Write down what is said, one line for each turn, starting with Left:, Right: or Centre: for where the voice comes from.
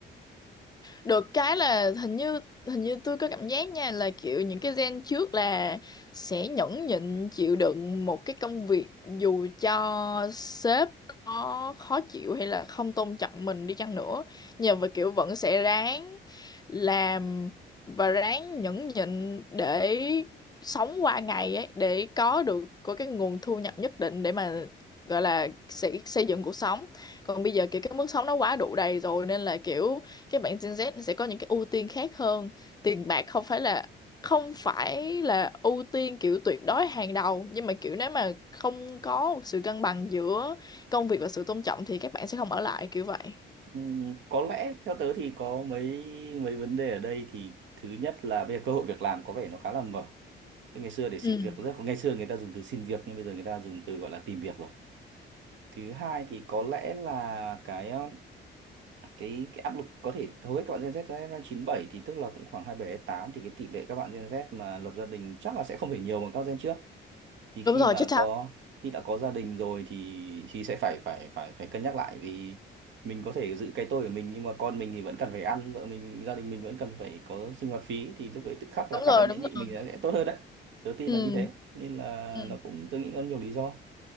Left: được cái là hình như hình như tôi có cảm giác nha là kiểu những cái gen trước là sẽ nhẫn nhịn chịu đựng một cái công việc dù cho sếp có khó chịu hay là không tôn trọng mình đi chăng nữa nhưng mà kiểu vẫn sẽ ráng làm và ráng nhẫn nhịn để sống qua ngày ấy để có được có cái nguồn thu nhập nhất định để mà gọi là xây, xây dựng cuộc sống còn bây giờ kiểu cái mức sống nó quá đủ đầy rồi nên là kiểu cái bạn Gen Z sẽ có những cái ưu tiên khác hơn tiền bạc không phải là không phải là ưu tiên kiểu tuyệt đối hàng đầu nhưng mà kiểu nếu mà không có một sự cân bằng giữa công việc và sự tôn trọng thì các bạn sẽ không ở lại kiểu vậy
Right: Ừm, có lẽ theo tớ thì có mấy mấy vấn đề ở đây thì thứ nhất là bây giờ cơ hội việc làm có vẻ nó khá là mở Thế ngày xưa để xin
Left: ừ
Right: việc rất khó. Ngày xưa người ta dùng từ xin việc nhưng bây giờ người ta dùng từ gọi là tìm việc rồi. Thứ hai thì có lẽ là cái um, cái cái áp lực có thể hầu hết các bạn Gen Z ra chín bảy thì tức là cũng khoảng 27 tám thì cái tỷ lệ các bạn Gen Z mà lập gia đình chắc là sẽ không thể nhiều bằng các gen trước thì khi
Left: đúng rồi
Right: mà
Left: chết thật
Right: có khi đã có gia đình rồi thì thì sẽ phải phải phải phải cân nhắc lại vì mình có thể giữ cái tôi của mình nhưng mà con mình thì vẫn cần phải ăn vợ mình gia đình mình vẫn cần phải có sinh hoạt phí thì lúc đấy tự khắc là
Left: đúng
Right: khả
Left: rồi
Right: năng
Left: đúng
Right: nhẫn nhịn
Left: rồi
Right: mình sẽ sẽ tốt hơn đấy đầu tiên
Left: ừ
Right: là như thế nên là
Left: ừ
Right: nó cũng tôi nghĩ có nhiều lý do